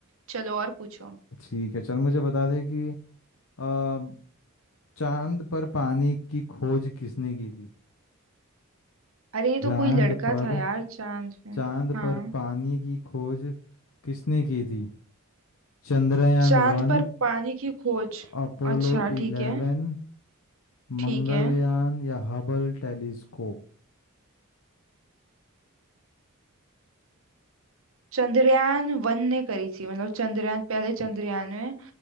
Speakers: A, on the right; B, on the left.
A: चलो और पूछो
B: ठीक है चल मुझे बता दे कि अ, चांद पर पानी की खोज किसने की थी
A: अरे ये तो
B: चांद
A: कोई लड़का
B: पर
A: था यार चांद पे
B: चांद
A: हाँ
B: पर पानी की खोज किसने की थी चंद्रयान
A: चांद
B: वन
A: पर पानी की खोज
B: अपोलो
A: अच्छा
B: इलेवन
A: ठीक है ठीक
B: मंगलयान
A: है
B: या हबल टेलीस्कोप
A: चंद्रयान वन ने करी थी मतलब चंद्रयान पहले चंद्रयान में